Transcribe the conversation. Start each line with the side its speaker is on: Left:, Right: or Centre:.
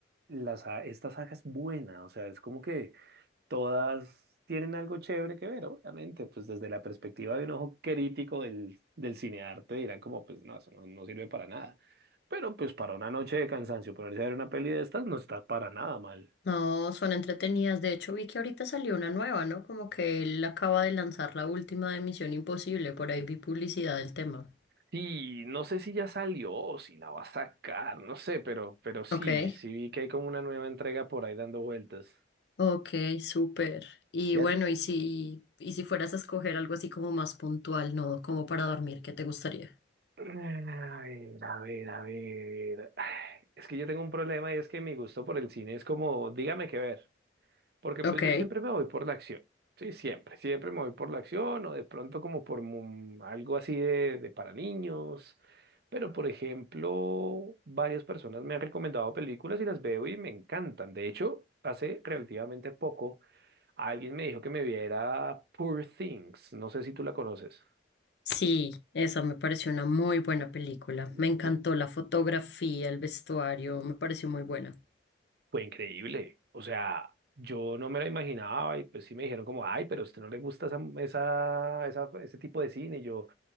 Right: las, sa- esta saga es buena, o sea, es como que todas tienen algo chévere que ver, obviamente, pues desde la perspectiva de un ojo crítico del, del cinearte dirán como, pues no, eso no, no sirve para nada, pero pues para una noche de cansancio ponerse a ver una peli de estas no está para nada mal.
Left: No, son entretenidas. De hecho, vi que ahorita salió una nueva, ¿no? Como que él acaba de lanzar la última de Misión Imposible, por ahí vi publicidad del tema.
Right: Sí, no sé si ya salió o si la va a sacar, no sé, pero, pero sí,
Left: Ok,
Right: sí vi que hay como una nueva entrega por ahí dando vueltas.
Left: ok, súper. Y
Right: ¿Y
Left: bueno,
Right: a,
Left: y si, y si fueras a escoger algo así como más puntual, ¿no? Como para dormir, ¿qué te gustaría?
Right: A ver, a ver, a ver. Ay, Es que yo tengo un problema y es que mi gusto por el cine es como, dígame qué ver, porque
Left: Ok,
Right: pues yo siempre me voy por la acción, sí, siempre, siempre me voy por la acción o de pronto como por mu- algo así de, de para niños, pero por ejemplo, varias personas me han recomendado películas y las veo y me encantan. De hecho, hace relativamente poco alguien me dijo que me viera Poor Things, no sé si tú la conoces.
Left: sí, esa me pareció una muy buena película.
Right: No.
Left: Me encantó la fotografía, el vestuario, me pareció muy buena.
Right: Fue increíble. O sea, yo no me la imaginaba y pues sí me dijeron como, ay, pero a usted no le gusta esa, esa, esa- ese tipo de cine. Y yo,